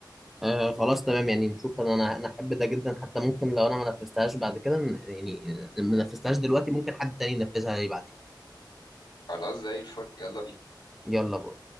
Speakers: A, in the centre; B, on the left.
A: آه خلاص تمام يعني نشوف انا انا أنا احب ده جدا حتى ممكن لو انا ما نفذتهاش بعد كده يعني ما نفذتهاش دلوقتي ممكن حد تاني ينفذها لي بعدين
B: خلاص زي الفل يلا بينا
A: يلا باي